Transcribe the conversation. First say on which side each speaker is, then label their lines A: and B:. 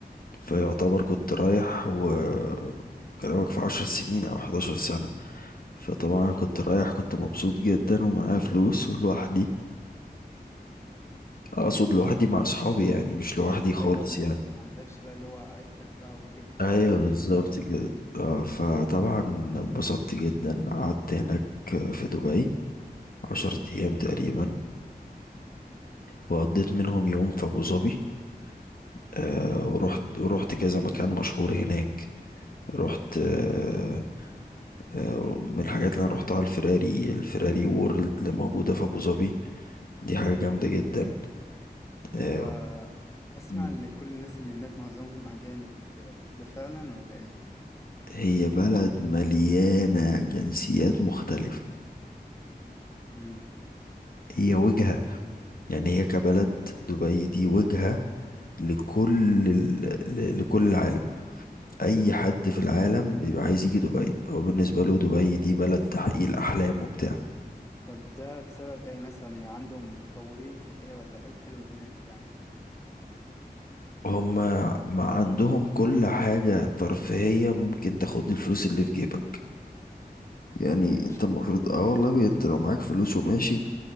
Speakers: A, on the left (about 60°); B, on the left (about 15°).
A: فيعتبر
B: امم
A: كنت رايح وكلامك في عشر سنين أو حداشر سنة فطبعا كنت رايح كنت مبسوط جدا ومعايا فلوس ولوحدي أقصد لوحدي مع أصحابي يعني مش لوحدي خالص
B: ايوه ما عن-
A: يعني
B: ما عندكش بقى اللي هو عيلتك بقى وليك التزامات
A: أيوة بالظبط
B: والكلام ده
A: كده آه، فطبعا انبسطت جدا قعدت هناك في دبي عشر
B: امم
A: أيام تقريبا وقضيت منهم يوم في أبو ظبي آه،
B: هو
A: ورحت ورحت كذا مكان مشهور هناك رحت آه، آه، من الحاجات اللي انا روحتها الفراري الفراري وورلد اللي موجودة في ابو ظبي دي حاجة جامدة
B: امم
A: جدا آه،
B: هو اسمع
A: مم.
B: ان كل الناس اللي هناك معظمهم اجانب وكده ده فعلا ولا ايه
A: هي بلد مليانة جنسيات مختلفة
B: امم
A: هي وجهة يعني هي كبلد دبي دي وجهة لكل ال... ل- لكل العالم أي
B: اه
A: حد في العالم بيبقى عايز يجي دبي هو بالنسبة له دبي دي بلد تحقيق الأحلام وبتاع
B: طب ده بسبب ايه مثلا يعني عندهم متطورين في ايه ولا ايه الحلو هناك يعني
A: هما ما عندهم كل حاجة ترفيهية ممكن تاخد الفلوس اللي في جيبك يعني
B: امم
A: انت المفروض اه والله انت لو معاك فلوس وماشي